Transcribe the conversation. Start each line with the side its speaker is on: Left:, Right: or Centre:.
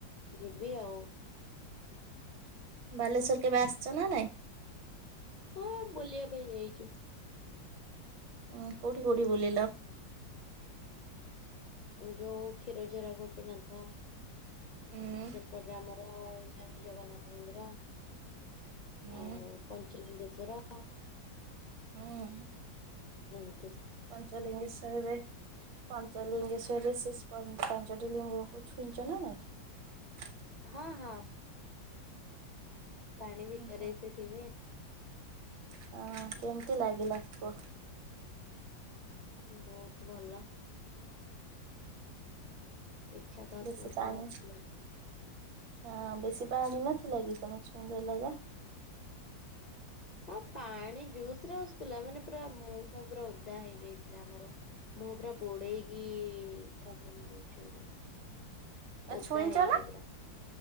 Left: ଯିବି ଆଉ।
Right: ବାଲେଶ୍ୱର କେବେ ଆସିଛ ନା ନାଇଁ?
Left: ହଁ ବୁଲିବା ପାଇଁ ଯାଇଛୁ।
Right: ଉଁ କଉଠି କୋଉଠି ବୁଲିଲ?
Left: ଯୋଉ କ୍ଷୀରଜରା ଗୋପୀନାଥ
Right: ହୁଁ
Left: ସେପଟରେ ଆମର <unintelligible> ବି ଜଗନ୍ନାଥ ମନ୍ଦିର
Right: ହୁଁ
Left: ଆଉ ପଞ୍ଚଲିଙ୍ଗ ଶ୍ୱର
Right: ହୁଁ।
Left: ହଁ
Right: ପଞ୍ଚଲିିଙ୍ଗେଶ୍ଵରରେ ପଞ୍ଚଲିିଙ୍ଗେଶ୍ଵରରେ ସେ ପଞ୍ଚ ପାଞ୍ଚଟି ଲିଙ୍ଗକୁ ଛୁଇଁଛ ନା ନାଇ।
Left: ହଁ ହଁ। ପାଣି ଭିତରେ
Right: ଓହୋ
Left: ସେଥିବେ।
Right: ହଁ କେମିତି ଲାଗିଲା କୁହ?
Left: ବହୁତ ଭଲ। ଇଛା ତ ଆସୁନଥିଲା
Right: ବେଶୀ ପାଣି
Left: ଆସିବାକୁ।
Right: ହଁ ବେଶି ପାଣି ନଥିଲା କି ତମେ ଛୁଇ ଦେଲ କି?
Left: ହଁ ପାଣି ଜୋସ ରେ ଆସୁଥିଲା ମାନେ ପୁରା ମୁହଁ ପୁରା ଓଦା ହେଇଯାଇଥିଲା ଆମର। ମୁଁହ ପୁରା ବୁଡେଇକି ଇ ଠାକୁରଙ୍କୁ ଛୁଆଁଇ ଦେଲୁ।
Right: ନା
Left: ଓଦା
Right: ଛୁଇଁଚ
Left: ହେଇକି
Right: ନା?
Left: ପୁରା